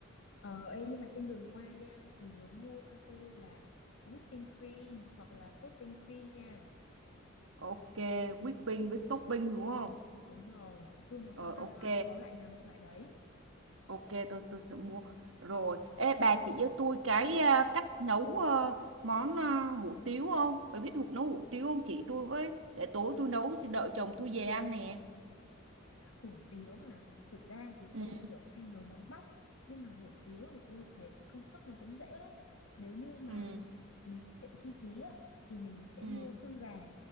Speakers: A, on the left (about 80°); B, on the right (about 75°).
A: Ờ, ê, nhưng mà trên đường qua nha thì nhớ mua cho tôi là whipping cream hoặc là topping cream nha.
B: Ok, whipping với topping đúng không?
A: Đúng rồi, nói chung một
B: Ờ
A: trong hai
B: ok,
A: loại, có loại nào mua loại đấy.
B: ok tôi tôi sẽ mua. Rồi, ê bà chỉ cho tôi cái ờ, cách nấu ờ, món ờ, hủ tiếu không? Bà biết hủ nấu hủ tiếu không? Chỉ tôi với để tối tôi nấu đợi chồng tôi về ăn nè.
A: Hủ tiếu mà, thực ra thì
B: Ừ
A: tôi kiểu hay nấu món Bắc, nhưng mà hủ tiếu thì tôi thấy cái công thức nó cũng dễ lắm. Nếu như mà
B: ừ
A: mình tiết kiệm chi phí á, thì mình sẽ
B: ừ
A: mua xương gà.